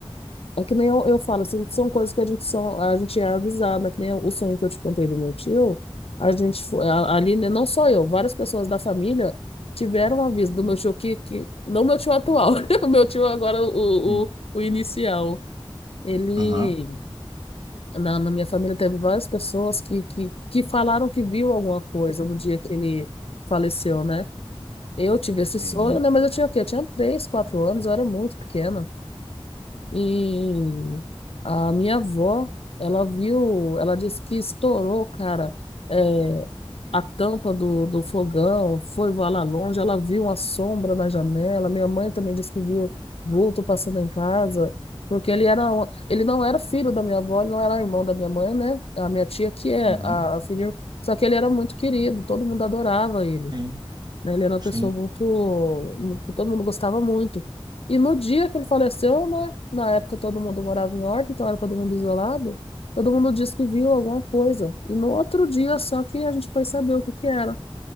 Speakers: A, on the left; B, on the right.
A: é que nem eu, eu falo, assim, são coisas que a gente, são, a gente é avisado, né? Que nem o sonho que eu te contei do meu tio, a gente, fo- a- ali, né, não só eu, várias pessoas da família tiveram um aviso
B: Uhum.
A: do meu tio que, que não meu tio atual, <laughs> o meu tio agora, o,
B: Sim.
A: o o inicial. Ele,
B: Aham,
A: na, na minha família, teve várias pessoas que, que, que falaram que viu alguma coisa no dia que ele faleceu, né? Eu tive esse
B: entendi.
A: sonho, né? Mas eu tinha o quê? Eu tinha três, quatro anos, eu era muito pequena. E a minha avó, ela viu, ela disse que estourou, cara, é, a tampa do, do fogão, foi voar lá longe, ela viu uma sombra na janela. Minha mãe também disse que viu vulto passando em casa, porque ele era, um- ele não era filho da minha avó, ele não era irmão da minha mãe, né? A minha tia que é
B: Uhum.
A: a, a filha, só que ele era muito querido, todo mundo adorava ele
B: Sim,
A: né? Ele era uma
B: sim.
A: pessoa muito, que todo mundo gostava muito. E no dia que ele faleceu, né? Na época todo mundo morava em Horta, então era todo mundo isolado. Todo mundo disse que viu alguma coisa. E no outro dia só que a gente foi saber o que que era,